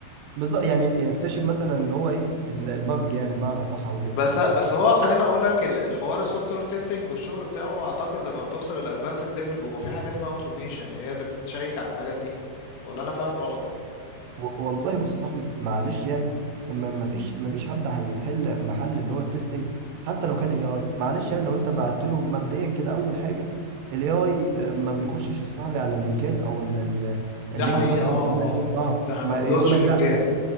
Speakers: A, on the right (about 80°); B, on the left (about 65°).
A: بالظبط يعني يكتشف مثلا اللي هو ايه ال- البج يعني بمعنى صح او كده
B: بس بس هو خليني اقول لك ال- الحوار السوفت وير تيستنج والشغل بتاعه اعتقد لما بتوصل للادفانسد ليفل بيبقى في حاجه اسمها اوتوميشن هي اللي بتشيك على الحاجات دي ولا انا فاهم غلط
A: و- والله بص يا صاحبي معلش يعني اما ما فيش ما فيش حد هيحل محل اللي هو التستنج حتى لو كان اي اي معلش يعني لو انت بعت له مبدئيا كده اول حاجه الاي اي ما بيخشش يا صاحبي على اللينكات او ال- ال- اللينك
B: ده حقيقه
A: مثلا
B: اه
A: ويعمل لك
B: اه
A: ايه اه
B: ده حقيقة.
A: ما
B: ما بدوسش
A: يقول لك
B: اللينكات
A: لا